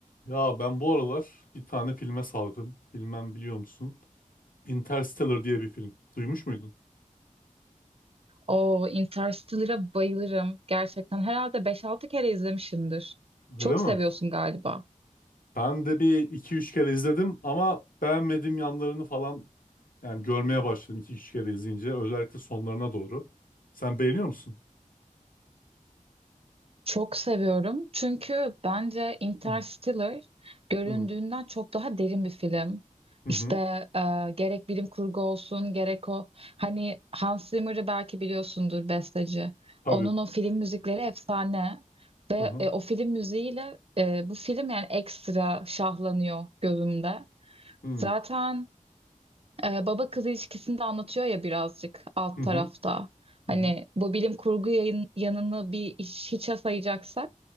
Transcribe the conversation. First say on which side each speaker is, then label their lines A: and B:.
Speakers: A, on the left; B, on the right.
A: Ya ben bu aralar bir tane filme sardım. Bilmem biliyor musun? Interstellar diye bir film. Duymuş muydun?
B: O Interstellar'a bayılırım. Gerçekten herhalde beş altı kere izlemişimdir. Çok
A: Öyle mi?
B: seviyorsun galiba.
A: Ben de bir iki üç kere izledim ama beğenmediğim yanlarını falan yani görmeye başladım iki üç kere izleyince. Özellikle sonlarına doğru. Sen beğeniyor musun?
B: Çok seviyorum. Çünkü bence Interstellar
A: Hı
B: göründüğünden
A: hı
B: çok daha derin bir film.
A: hı.
B: İşte
A: hı.
B: e, gerek bilim kurgu olsun gerek o hani Hans Zimmer'ı belki biliyorsundur besteci.
A: Tabii.
B: Onun o film müzikleri efsane ve
A: Hı hı
B: e, o film müziğiyle e, bu film yani ekstra şahlanıyor gözümde.
A: hı
B: Zaten Ee, baba kız ilişkisini de anlatıyor ya birazcık alt
A: hı
B: tarafta.
A: hı
B: Hani
A: hı.
B: bu bilim kurgu yayın, yanını bir iş, hiçe sayacaksak